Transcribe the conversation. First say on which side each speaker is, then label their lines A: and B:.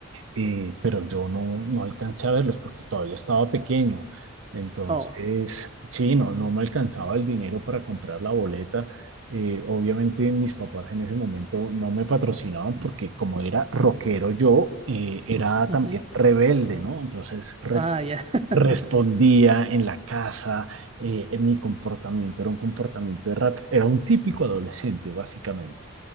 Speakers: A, on the right (about 75°); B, on the right (about 30°).
A: eh, pero yo no, no alcancé a verlos porque todavía estaba pequeño. Entonces,
B: Oh,
A: sí, no, no me alcanzaba el dinero para comprar la boleta. Eh, obviamente mis papás en ese momento no me patrocinaban porque como era rockero yo, eh, era
B: ujú.
A: también rebelde, ¿no? Entonces res-
B: Ah, ya,
A: respondía
B: <laughs>
A: en la casa, eh, en mi comportamiento era un comportamiento de rat, era un típico adolescente básicamente.